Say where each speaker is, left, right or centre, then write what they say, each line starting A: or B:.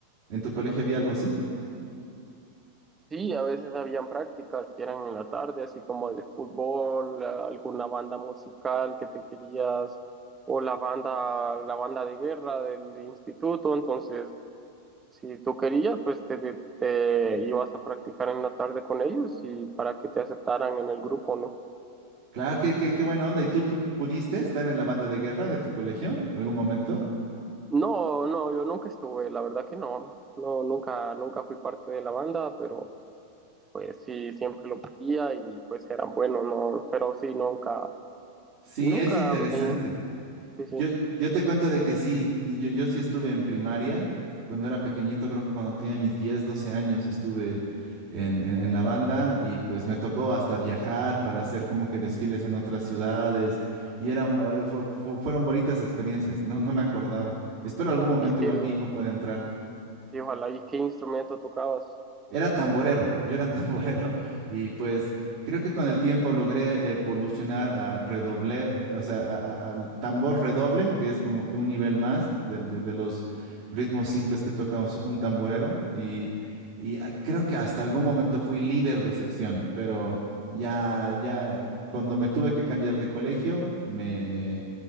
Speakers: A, on the right; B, on the right.
A: ¿En tu colegio había algo así?
B: Sí, a veces habían prácticas que eran en la tarde, así como de fútbol, alguna banda musical que te querías, o la banda, la banda de guerra del instituto, entonces si tú querías, pues te, te- te ibas a practicar en la tarde con ellos y para que te aceptaran en el grupo, ¿no?
A: Claro, qué, qué, qué buena onda. ¿Y tú, tú pudiste estar en la banda de guerra de tu colegio algún momento?
B: No, no, yo nunca estuve, la verdad que no, no, nunca, nunca fui parte de la banda, pero pues sí, siempre lo pedía y pues eran buenos, ¿no? Pero sí, nunca,
A: Sí,
B: nunca
A: es interesante.
B: me, sí,
A: Yo,
B: sí.
A: yo te cuento de que sí, yo, yo sí estuve en primaria cuando era pequeñito, creo que cuando tenía mis 10, 12 años estuve en, en- en la banda y pues me tocó hasta viajar para hacer como que desfiles en otras ciudades y eran, eh, fu- fu- fueron bonitas experiencias, no, no me acordaba. Espero algún momento
B: Y que,
A: igual mi hijo pueda entrar.
B: y ojalá, ¿y qué instrumento tocabas?
A: Era tamborero, yo era tamborero <laughs> y pues creo que con el tiempo logré evolucionar a redobler, o sea, a- a- al tambor redoble, que es como que un nivel más del- de, de los ritmos simples que toca us- un tamborero y, y, ah, creo que hasta algún momento fui líder de sección, pero ya, ya cuando me tuve que cambiar de colegio, me,